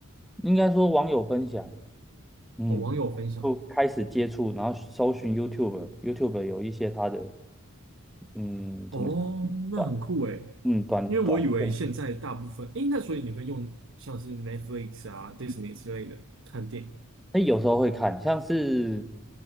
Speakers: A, in the centre; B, on the right.
A: 应该说网友分享。嗯，
B: 哦，网友分享的。
A: 就开始接触，然后搜寻 YouTube，YouTube 有一些它的，嗯，怎么讲，
B: 哦，那很酷哎，
A: 短，嗯，短短片，
B: 因为我以为现在大部分，诶，那所以你会用像是 Netflix 啊、Disney 之类的看电影？
A: 那有时候会看，像是，